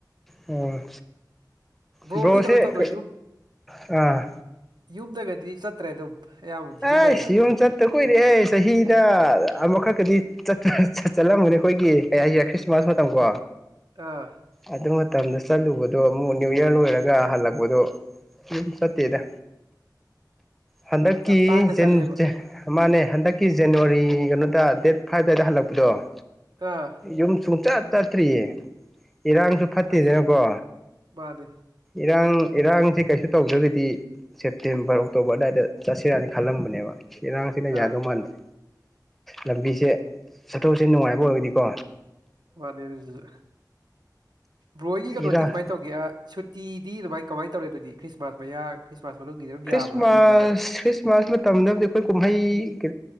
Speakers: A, in the centre; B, on the right (about 70°).
A: ꯎꯝ
B: ꯕ꯭ꯔꯣꯗꯤ
A: ꯕ꯭ꯔꯣꯁꯦ
B: ꯀꯩꯅꯣ ꯇꯧꯗ꯭ꯔꯦ ꯌꯨꯝ
A: ꯑꯥ
B: ꯌꯨꯝꯗꯒꯗꯤ ꯆꯠ ꯑ ꯑꯗꯨꯝ ꯑꯌꯥꯝꯕꯗꯤ ꯑꯗꯨꯝ
A: ꯑꯩ
B: ꯂꯩꯔꯦ
A: ꯁꯤ ꯌꯨꯝ ꯆꯠꯇ ꯀꯨꯏꯔꯦꯍꯦ ꯆꯍꯤꯗ ꯑꯃꯈꯛꯀꯗꯤ ꯆꯠꯂꯝꯒꯅꯤ ꯑꯩꯈꯣꯏꯒꯤ ꯀ ꯈ꯭ꯔꯤꯁꯃꯥꯁ ꯃꯇꯝ ꯀꯣ
B: ꯑꯥ
A: ꯑꯗꯨ ꯃꯇꯝꯗ ꯆꯠꯂꯨꯕꯗ ꯅ꯭ꯌꯨ ꯏꯌꯥꯔ ꯂ ꯏꯔꯒ ꯍꯜꯂꯛꯄꯗꯣ ꯑꯗꯨꯝ ꯆꯠꯇꯦꯗ ꯍꯟꯗꯛꯀꯤ
B: ꯌꯥꯝ ꯇꯥꯡꯅ ꯆꯠꯂꯦꯕ
A: ꯃꯥꯅꯦ ꯍꯟꯗꯛꯀꯤ ꯖꯅꯋꯥꯔꯤ ꯀꯩꯅꯣꯗ ꯗꯦꯠ ꯐꯥꯏꯚ ꯑꯗ ꯍꯜꯂ ꯄꯗꯣ
B: ꯑꯥ
A: ꯌꯨꯝ ꯆꯨꯡꯆꯠ ꯇꯠꯇ꯭ꯔꯤꯌꯦ ꯏꯔꯥꯡꯁꯨ ꯐꯠꯇꯦꯗꯅꯀꯣ
B: ꯑꯁ ꯃꯥꯅꯦ
A: ꯏꯔꯥꯡ ꯏꯔꯥꯡꯁꯦ ꯀꯩꯁꯨ ꯇꯧꯗ꯭ꯔꯒꯗꯤ ꯁꯦꯞꯇꯦꯝꯕꯔ ꯑꯣꯛꯇꯣꯕꯔ ꯑꯗꯨꯋꯥꯏꯗ ꯆꯠꯁꯤꯔꯅꯤ ꯈꯜꯂꯝꯕꯅꯦꯕ ꯁꯤꯔꯥꯡꯁꯤꯅ
B: ꯑꯥ
A: ꯌꯥꯥꯗ ꯃꯥꯟꯗ꯭ꯔꯦ ꯂꯝꯕꯤꯁꯦ ꯆꯠꯊꯣꯛꯁꯤꯦ ꯅꯨꯡꯉꯥꯏꯕ ꯑꯣꯏꯔꯗꯤꯀꯣ
B: ꯋꯥꯅꯦ ꯑꯗꯨ ꯕ꯭ꯔꯣꯏꯒꯤ ꯀꯩꯅꯣꯗꯤ
A: ꯏꯔꯥꯡ
B: ꯀꯃꯥꯏꯅ ꯇꯧꯒꯦ ꯁꯨꯇꯤ ꯑꯗꯨꯗꯤ ꯑꯗꯨꯃꯥꯏ ꯀꯃꯥꯏꯅ ꯇꯧꯔꯦ ꯑꯗꯨꯗꯤ꯭ꯔꯤꯃꯥꯁ ꯃꯌꯥ ꯈ꯭ꯔꯤꯁꯃꯥꯁ ꯃꯅꯨꯡꯒꯤꯗꯤ ꯑꯗꯨꯝ
A: ꯈ꯭ꯔꯤꯁꯃꯥꯁ
B: ꯌꯥꯕ꯭ꯔꯥ ꯅꯠꯇ꯭ꯔꯒ
A: ꯈ꯭ꯔꯤꯁꯃꯥꯁ ꯃꯇꯝꯗꯕꯨꯗꯤ ꯑꯩꯈꯣꯏ ꯀꯨꯝꯍꯩ ꯀ